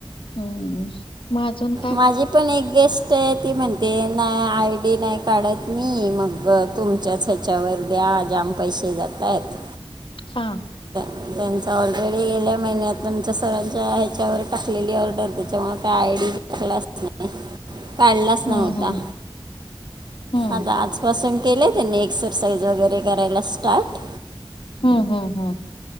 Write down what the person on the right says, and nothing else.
माझी पण एक गेस्ट आहे ती म्हणते नाही आय डी नाही काढत मी मग तुमच्याच ह्याच्यावर द्या द्या पैसे जातायत
त्यांचा ऑलरेडी गेल्या महिन्यात आमच्या सरांच्या ह्याच्यावर टाकलेली ऑर्डर त्याच्यामु काय आयडी क्लासने काढलाच नव्हता
आता आजपासून केलंय त्यांनी एक्सरसाईज वगैरे करायला स्टार्ट